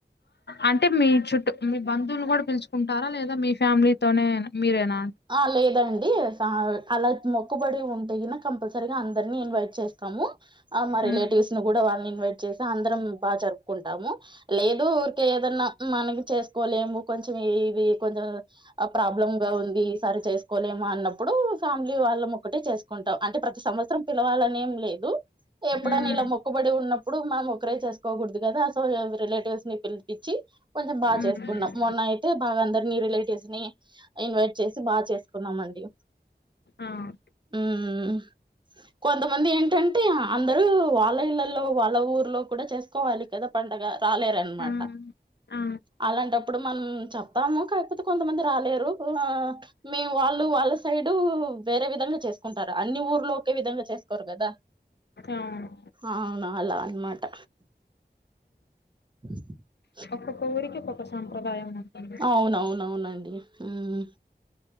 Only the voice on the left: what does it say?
అంటే మీ చుట్టూ మీ బంధువులు గూడా పిలుచుకుంటారా లేదా మీ ఫ్యామిలీతోనే మీరేనా
ఉమ్
ఉమ్
ఉమ్
ఆ
ఆ ఆ
అవును
ఒక్కో గుడికి ఒక్కో సంప్రదాయం ఉంటుంది